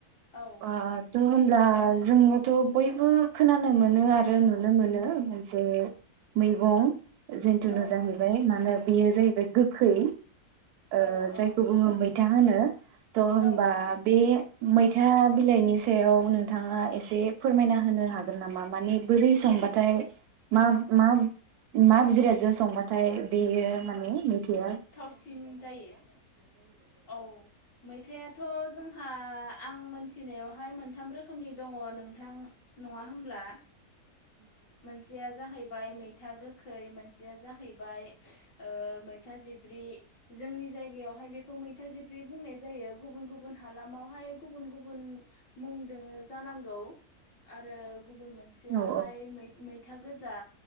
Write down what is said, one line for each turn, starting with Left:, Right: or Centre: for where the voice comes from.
Left: औ औ
Right: आ थुन। ब्ला जोङोथ बयबो खोनानो मोनो आरो नुनो मोनो मोनसे मैगं जन्थु
Left: औ
Right: नु जाहैबाय मानो बेयो जाहैबाय गोखै ओ
Left: औ औ
Right: जायखौ बुङो मैथा होनो त' होमबा
Left: औ
Right: बे मैथा बिलाइनि सायाव नोंथाङा एसे फोरमायना होनो हागोन नामा? माने बोरै संबाथाय मा मा मा जिरादजों संबाथाय बेयो माने यिया
Left: सिन जायो औ मैथाया थ' जोंहा आं मोनथिनायावहाय मोनथाम रोखोमनि दङ नोंथां नङा होमब्ला मोनसेया जाहै मैथा गोखै मोनसेया जाहैबाय ओ मैथा जिब्रि जोंनि जायगायावहाय बेखौ मैथा जिब्रि बुंनाय जायो गुबुन गुबुन हालामावहाय गुबुन गुबुन मुंदङो जानांगौ आरो गुबुन मोनसेयाहायै
Right: औ
Left: मैथा गोजा